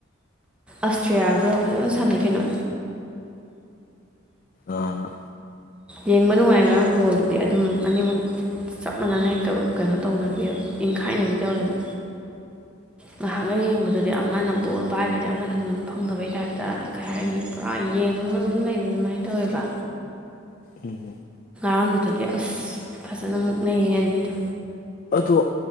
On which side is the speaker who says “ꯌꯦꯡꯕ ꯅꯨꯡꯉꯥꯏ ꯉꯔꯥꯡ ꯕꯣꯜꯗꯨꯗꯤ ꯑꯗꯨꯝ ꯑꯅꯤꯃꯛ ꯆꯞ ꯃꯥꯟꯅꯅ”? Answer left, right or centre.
Centre